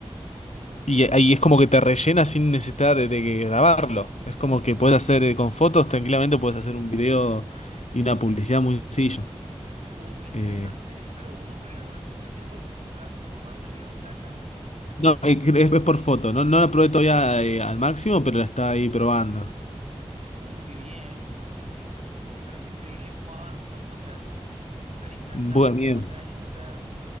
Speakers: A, on the left; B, on the right.
A: Y ahí es como que te rellena sin necesidad de, de grabarlo. Es como que puedes hacer eh, con fotos, tranquilamente puedes hacer un video y una publicidad muy sencillo.
B: Oh, qué interesante,
A: Eh,
B: ¿eh? Pero uno pone una secuencia de fotos y se va como formando el video, se va creando.
A: no, eh,
B: Así.
A: es, es por foto. No, no la probé todavía eh, al máximo, pero la está ahí probando.
B: Oh, qué bien. Oye, qué- Me parece increíble cómo va avanzando. O sea, esto era impensable
A: Bueno,
B: hace
A: bien.
B: un par de años. O sea,